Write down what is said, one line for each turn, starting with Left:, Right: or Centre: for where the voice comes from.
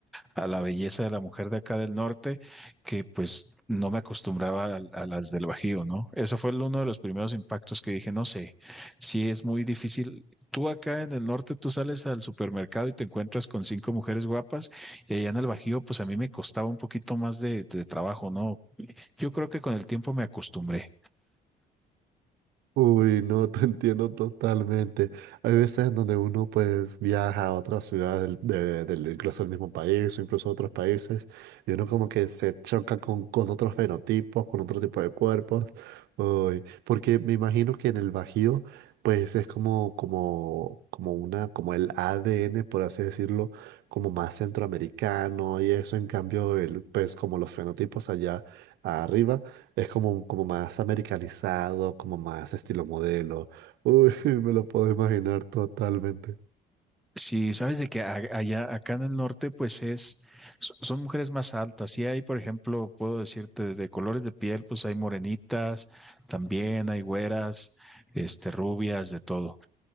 Centre: a la belleza de la mujer de acá del norte, que pues no me acostumbraba a, a las del Bajío, ¿no? Eso fue el- uno de los primeros impactos que dije, no sé, si es muy difícil. Tú acá en el norte, tú sales al supermercado y te encuentras con cinco mujeres guapas, y allá en el Bajío, pues a mí me costaba un poquito más de, de trabajo, ¿no? Yo creo que con el tiempo me acostumbré.
Right: Uy, no, <laughs> te entiendo totalmente. Hay veces en donde uno pues viaja a otras ciudades del, de- del- incluso del mismo país o incluso a otros países y uno como que se choca con, con otros fenotipos, con otro tipo de cuerpos. Uy, porque me imagino que en el Bajío pues es como, como, como una, como el ADN, por así decirlo, como más centroamericano y eso en cambio el, pues como los fenotipos allá arriba es como, como más americanizado, como más estilo modelo. Uy, <laughs> me lo puedo imaginar totalmente.
Centre: Sí, sabes de que a- allá, acá en el norte, pues es, so- son mujeres más altas. Sí hay, por ejemplo, puedo decirte de colores de piel, pues hay morenitas, también hay güeras, este, rubias, de todo.